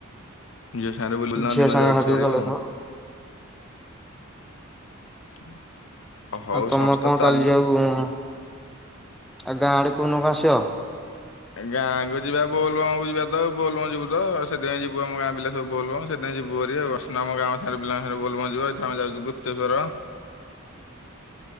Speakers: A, on the left; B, in the centre.
A: ଆ ଜ ସାରଲ
B: ଝିଅ
A: ଦିନ
B: ସାଙ୍ଗ
A: ଯାଉଛିଉ
B: ସାଥି ଚଲେଇଥିବ।
A: <inaudible> ହଉ
B: ଆଉ ତମେ
A: ସଂସ୍ଥା
B: କଣ
A: ଚାଲୁ।
B: ତାହଲି ଯ ଆଉ ଆଉ ଗାଁ ଆଡେ କୋଉନ କ ଆସିବ।
A: ଏା ଯିବା ବୋଲବମକୁ ଯିବା ତ ବୋଲବମ୍ ଯିବୁ ତ ଆ ସେପାଇଁ ଯିବୁ ଆମ ଗାଁ ପିଲା ସବୁ ବୋଲବମ୍ ସେଥି ପାଇଁ ଯିବୁ ହେରି ଆମ ଗାଁ ସାରା ପିଲାଙ୍କ ସାଙ୍ଗରେ ବୋଲବମ୍ ଯିବ ଏଥର ଯାଉଛୁ ଗୁପ୍ତେଶ୍ୱର
B: <inaudible>